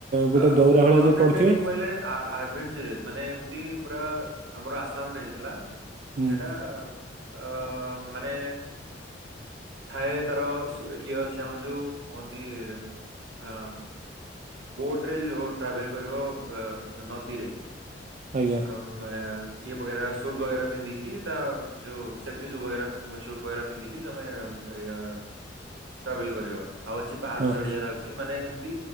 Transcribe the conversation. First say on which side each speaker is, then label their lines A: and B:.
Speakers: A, on the right (about 40°); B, on the right (about 80°).
A: ଗୋଟେ
B: ଅ
A: ଦୌରା ଭଳିଆ
B: ମାଉଣ୍ଟେନ
A: ଯୋଉ ପଡିଥିବ?
B: ଟେରିଂ ବୋଲେ ଆଡଭେଞ୍ଚରସ୍। ମାନେ ଏମିତି ପୁରା ଆମର ଆସାମରେ ହେଇଥିଲା
A: ହୁଁ
B: ସେଟା ଅ ମାନେ ଥାଏ ତାର ସୁ ଇଏ ଅଛି ଆମର ଯୋଉ କୁହନ୍ତି ଅ ବୋଟ ରେ ଯ ଟ୍ରାଭେଲ କରିବ ନଦୀରେ।
A: ଆଜ୍ଞା
B: ଆ <unintelligible> ଇ ବଗେରା ସୂଟ ବଗେରା ପିନ୍ଧି କି ତା ଯଉ ସେଫଟି ସୂ ଶଟ ବଗେରା ପିନ୍ଧି କି ତମେ ଏଇଆ ଟ୍ରାଭେଲ କରିବ। ଆଉ ଅଛି ପାହାଡ
A: ହଁ
B: ଚଢିଆର ଅଛି ମାନେ ଏମିତି